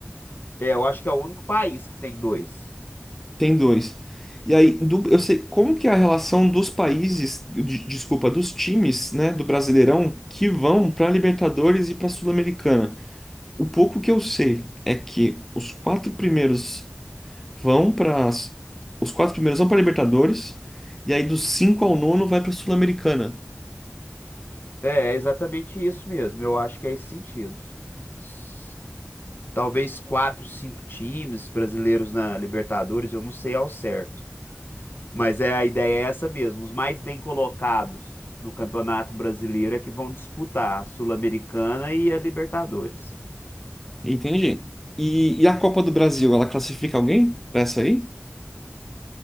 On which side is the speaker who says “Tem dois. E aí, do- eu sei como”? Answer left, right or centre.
Centre